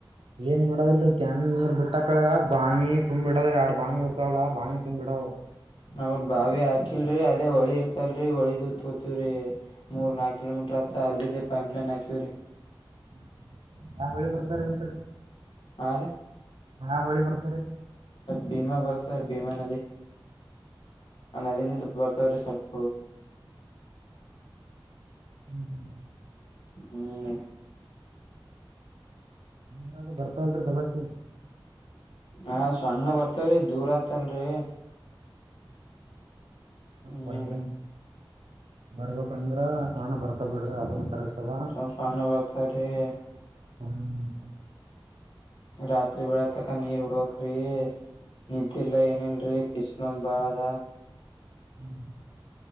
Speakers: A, on the right (about 80°); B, on the left (about 65°).
A: ಏನ್ ಮಾಡೋದಲ್ರರಿ ಕ್ಯಾನಲ್ ನೀರ್ ಬಿಟ್ಟ ಕಳಗ ಬಾಣಿ ತುಂಬ್ ಬಿಡ್ರ ಎರಡ್ ಬಾಣಿ ಬಿರ್ತಾವಲ್ಲ ಬಾಣಿ ತುಂಬ್ ಬಿಡ.
B: ನಾವ್ರ ಬಾವಿ ಹಾಕಿಲ್ರಿ ಅದೇ ಹೊಳಿ ಇರ್ತ ಲ್ರರಿ ಒಳಿದತ್ೋತವ್ರರಿ ಮೂರ್ ನಾಕಕ್ ಕಿಲೋಮೀಟರ್ ಆಗ್ತ ಅಲ್ಲದೆೇ ಪೈಂಪ್ ಲೈನ್ ಹಾಕಿವವ್ರಿ.
A: ಹ್ಮ್ ಯಾವ ಹಳಿ ಬರ್ತಾರೆ ಒ ಕಡೆ
B: ಹಾ ರೀ
A: ಯಾ ಹಳಿ ಬರ್ತಾರೆ
B: ಭೀಮಾ ಬರ್ತದೆ ಭೀಮಾ ನದಿ ನದಿ ನಿ ಬರ್ತವ್ರಿ ಸ್ವಲ್ಪ
A: ಹ್ಮ್ ಹ್ಮ್
B: ಹ್ಮ್
A: ನೀಾರ ಬರ್ತಲ್ರರಿ ದಬಾಾಸೆ
B: ಹ ಸಣ್ಣ ಬರ್ತವ್ರಿ ದೂರ ಆತಲ್ರಿ ಹ್ಮ್
A: ಭಯಂತ
B: ರೀ
A: ಬರಬೇಕ ಂದ್ರ ಸಣ ಬರ್ತಾ ಬಿಡ್ರಿ ಅದನ್ನು ಕರೆಕ್ಟ್ಗ
B: ಸ್ವಲ್ಪ ಸಣ್ಣ ಬರ್ತವ್ರಿ
A: ಹ್ಮ
B: ರಾತ್ರಿ ಬೆಳ ತಕ ನೀರ್ ಉಡ್ಬಕ್್ರೀ ನಿದ್ದೆಲ್ಲ ಏನಲ್ರರಿ ಬಿಸ್ ಮಲೊಂದ ಬಾಳ ಅದ
A: ಹ್ಮ್